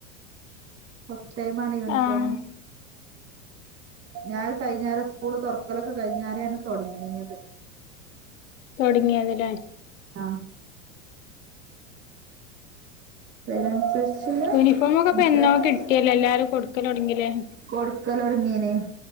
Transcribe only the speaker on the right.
ഫസ്റ്റ് ടൈമാണ് യൂണിഫോമ്
ഞാൻ അത് കഴിഞ്ഞാരെ സ് സ്കൂള് തൊറക്കലൊക്കെ കഴിഞ്ഞേരെയാണ് തൊടങ്ങീനിയത്.
ആഹ് അപ്പ അയിനനുസരിച്ച്ള്ള
വിശ്വാസണ്ട്
കൊടുക്കലൊടുങ്ങീന്